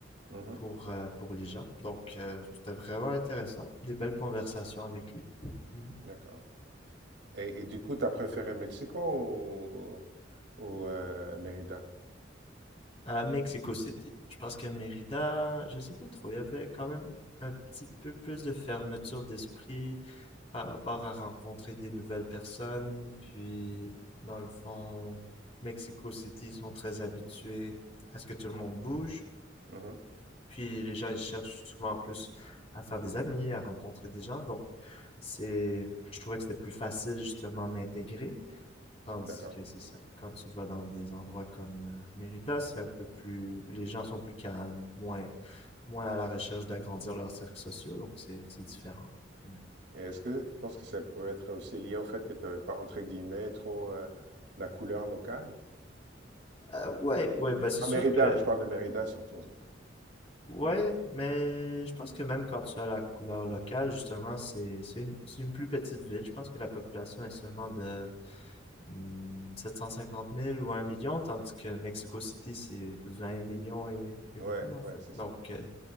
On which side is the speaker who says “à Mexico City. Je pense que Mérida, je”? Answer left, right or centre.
Left